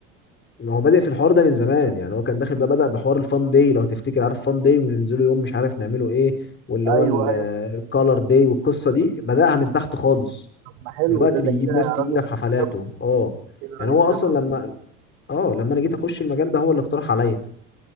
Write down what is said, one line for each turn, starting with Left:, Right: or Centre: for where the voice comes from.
Left: ما هو بادئ في الحوار ده من زمان يعني هو كان داخل بقى بدأ بحوار الفان داي لو تفتكر عارف فان داي وننزله يوم مش عارف نعمله ايه واللي هو
Right: ايوه
Left: الكالر
Right: ايوه
Left: داي والقصة دي بدأها من تحت خالص
Right: طب ما حلو
Left: دلوقتي
Right: ده ده
Left: بيجيب
Right: كده
Left: ناس تقيلة
Right: راجل
Left: في حفلاته
Right: خبرة
Left: اه
Right: كده راجل
Left: يعني هو
Right: خبرة
Left: اصلا لما اه لما انا جيت اخش المجال ده هو اللي اقترح عليا